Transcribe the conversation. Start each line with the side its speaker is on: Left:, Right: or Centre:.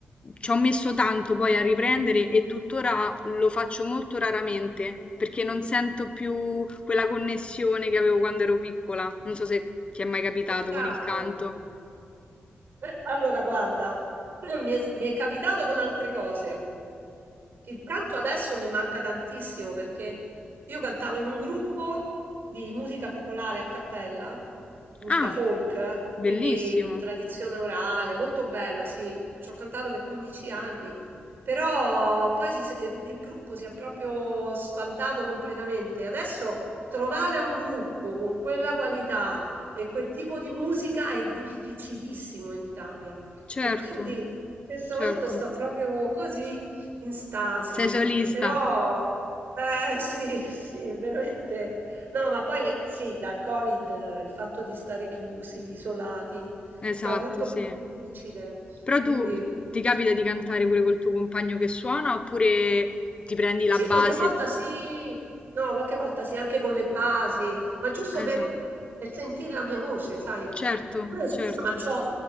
Left: ci ho messo tanto poi a riprendere e tuttora lo faccio molto raramente perché non sento più quella connessione che avevo quando ero piccola. Non so se ti è mai capitato
Right: Peccato.
Left: con il canto.
Right: Eh, Allora, guarda, <clears throat> mi è, mi è capitato con altre cose. Il canto adesso mi manca tantissimo perché io cantavo in un gruppo di musica popolare a cappella, musica
Left: Ah,
Right: folk,
Left: bellissimo,
Right: quindi mh, tradizione orale, molto bello, sì, ci ho cantato per 15 anni, però poi si s- eh, il gruppo si è proprio sfaldato completamente. Adesso trovare un gruppo con quella qualità e quel tipo di musica è difficilissimo in Italia
Left: certo.
Right: e quindi in questo
Left: Certo,
Right: momento sto proprio così in stasi,
Left: sei solista.
Right: però eh sì, <laughs> sì, veramente. No, ma poi eh, sì, dal Covid eh, il fatto di stare chiusi, isolati, è
Left: Esatto,
Right: stato tutto
Left: sì.
Right: più difficile.
Left: Però
Right: Quindi
Left: tu ti capita di cantare pure col tuo compagno che suona oppure ti prendi la
Right: sì,
Left: base?
Right: qualche volta sì, no, qualche volta sì, anche con le basi, ma giusto
Left: Esatto,
Right: per, per sentire la mia voce, sai.
Left: certo,
Right: Eh, Scusa,
Left: certo.
Right: ma c'ho